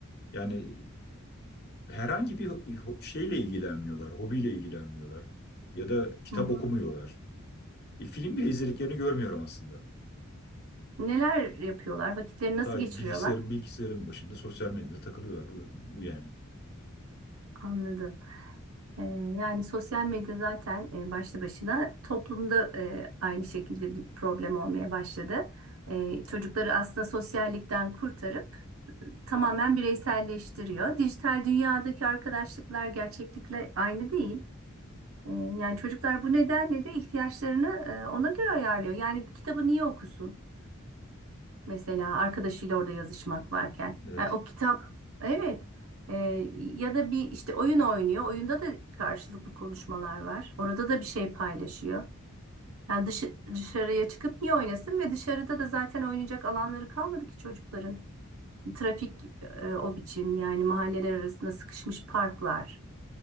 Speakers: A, on the left; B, on the right.
A: Yani herhangi bir şeyle ilgilenmiyorlar, hobiyle ilgilenmiyorlar ya da kitap
B: Hı hı.
A: okumuyorlar. E, film bile izlediklerini görmüyorum aslında.
B: Neler yapıyorlar? Vakitleri nasıl
A: Sadece
B: geçiriyorlar?
A: bilgisayarın bilgisayarın başında sosyal medyada takılıyorlar. Bu, bu yani.
B: Anladım. E, yani sosyal medya zaten e, başlı başına toplumda e, aynı şekilde bir problem olmaya başladı. E, çocukları aslında sosyallikten kurtarıp tamamen bireyselleştiriyor. Dijital dünyadaki arkadaşlıklar gerçeklikle aynı değil. E, Yani çocuklar bu nedenle de ihtiyaçlarını e, ona göre ayarlıyor. Yani bir kitabı niye okusun? Mesela arkadaşıyla orada yazışmak varken.
A: Evet.
B: Yani o kitap evet E, ya da bir işte oyun oynuyor. Oyunda da karşılıklı konuşmalar var. Orada da bir şey paylaşıyor. Yani dışı, dışarıya çıkıp niye oynasın ve dışarıda da zaten oynayacak alanları kalmadı ki çocukların. Trafik e, o biçim yani mahalleler arasında sıkışmış parklar.